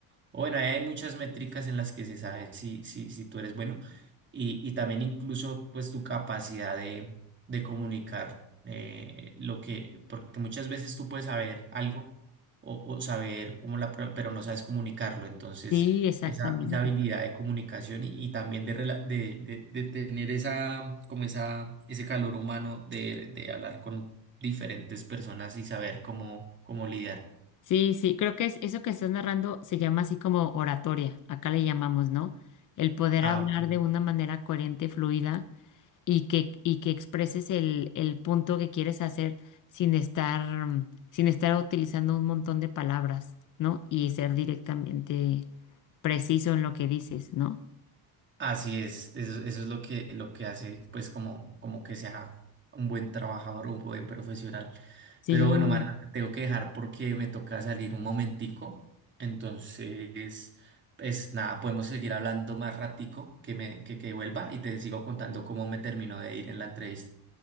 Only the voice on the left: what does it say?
sí, exactamente.
Sí, sí, creo que es, eso que estás narrando se llama así como oratoria, acá le llamamos, ¿no? El poder
hablar
de una manera coherente, fluida y que, y que expreses el, el punto que quieres hacer sin estar, mm, sin estar utilizando un montón de palabras, ¿no? Y ser directamente preciso en lo que dices, ¿no?
Sí.